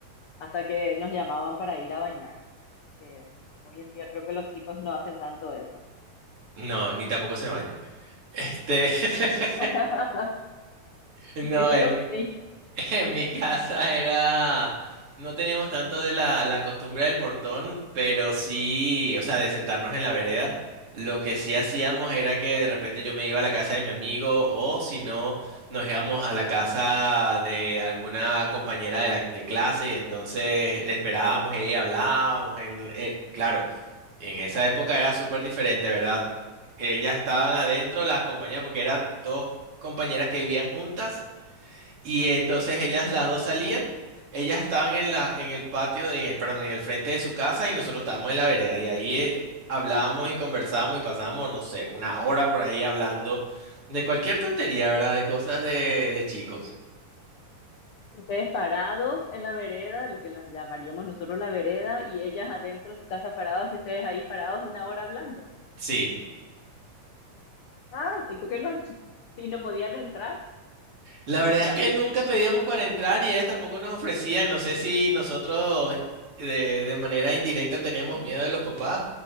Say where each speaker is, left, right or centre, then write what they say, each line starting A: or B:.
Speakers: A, on the left; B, on the right.
A: hasta que nos llamaban para ir a bañar, que hoy en día creo que los chicos no hacen tanto eso.
B: No, ni tampoco se bañan. Este, <laughs>
A: <laughs>
B: no,
A: Espero
B: en
A: que sí.
B: En mi casa era, no teníamos tanto de la, la costumbre del portón, pero sí, o sea, de sentarnos en la vereda. Lo que sí hacíamos era que de repente yo me iba a la casa de mi amigo o si no, nos íbamos a la casa de alguna compañera de, la, de clase y entonces le esperábamos y ahí hablábamos. En, eh, claro, en esa época era súper diferente, ¿verdad? Ellas estaban adentro, las compañeras, porque eran dos compañeras que vivían juntas y entonces ellas las dos salían, ellas estaban en la, en el patio, de- perdón, en el frente de su casa y nosotros estábamos en la vereda y ahí eh, hablábamos y conversábamos y pasábamos, no sé, una hora por ahí hablando de cualquier tontería, ¿verdad? De cosas de, de chicos.
A: Ustedes parados en la vereda, lo que las llamaríamos nosotros la vereda, y ellas adentro en su casa parados y ustedes ahí parados una hora hablando.
B: Sí.
A: Ah, ¿y por qué no? <laughs> Y no podían entrar.
B: La verdad
A: O sea,
B: es que nunca pedíamos para entrar y ellas tampoco nos ofrecían, no sé si nosotros de, de manera indirecta teníamos miedo de los papás